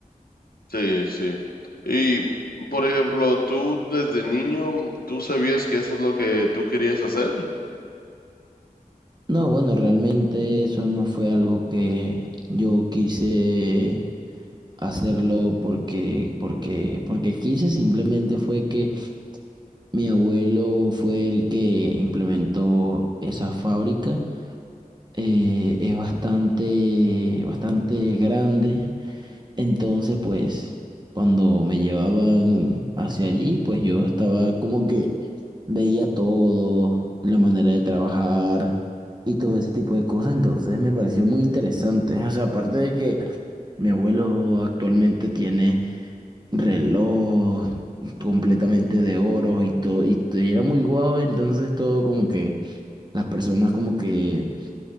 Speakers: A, on the left; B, on the right.
A: Sí, sí. Y, por ejemplo, tú desde niño, ¿tú sabías que eso es lo que tú querías hacer?
B: No, bueno, realmente eso no fue algo que yo quise hacerlo porque, porque, porque quise, simplemente fue que mi abuelo fue el que implementó esa fábrica. Eh, es bastante, bastante grande. Entonces, pues, cuando me llevaban hacia allí, pues yo estaba como que veía todo, la manera de trabajar y todo ese tipo de cosas. Entonces me pareció muy interesante. O sea, aparte de que mi abuelo actualmente tiene reloj completamente de oro y todo, y t- era muy guau, entonces todo como que las personas como que